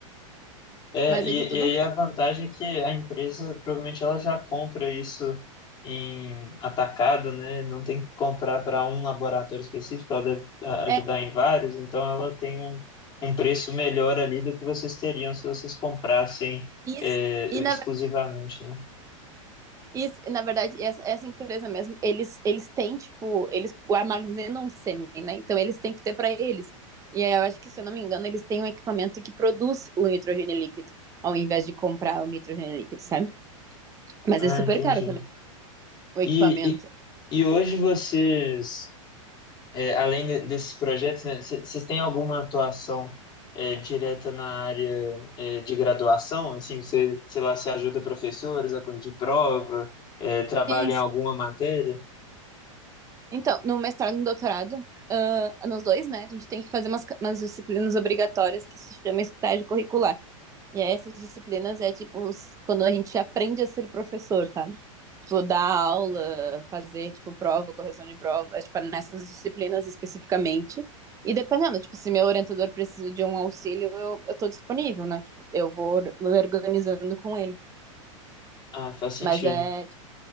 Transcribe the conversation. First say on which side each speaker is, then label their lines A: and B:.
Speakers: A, on the left (about 25°); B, on the right (about 20°).
A: É,
B: Mas
A: e,
B: é de tudo
A: e aí
B: um...
A: a vantagem é que a empresa provavelmente ela já compra isso em atacado, né? Não tem que comprar para um laboratório específico, ela deve ah, ajudar
B: É
A: em vários, então ela tem um, um preço melhor ali do que vocês teriam se vocês comprassem
B: isso.
A: é,
B: E na,
A: exclusivamente,
B: verdade...
A: né?
B: isso, e na verdade, essa, essa empresa mesmo, eles, eles têm, tipo, eles armazenam sêmen, né? Então eles têm que ter para eles. E aí, eu acho que, se eu não me engano, eles têm um equipamento que produz o nitrogênio líquido, ao invés de comprar o nitrogênio líquido, sabe? Mas
A: Ah,
B: é super
A: entendi.
B: caro também o equipamento.
A: E, e, e hoje vocês, é, além de- desses projetos, né, c- vocês têm alguma atuação é, direta na área é, de graduação? Assim, você, sei lá, você ajuda professores a corrigir prova, é, trabalha
B: Sim,
A: em alguma matéria?
B: Então, no mestrado e no doutorado, ah, nos dois, né, a gente tem que fazer umas, umas disciplinas obrigatórias que se chama estágio curricular. E aí essas disciplinas é tipo os- quando a gente aprende a ser professor, sabe? Tipo, dar aula, fazer, tipo, prova, correção de prova, é, tipo, nessas disciplinas especificamente. E dependendo, tipo, se meu orientador precisa de um auxílio, eu, eu tô disponível, né? Tipo, eu vou or- me organizando com ele.
A: Ah, faz sentido.
B: Mas é,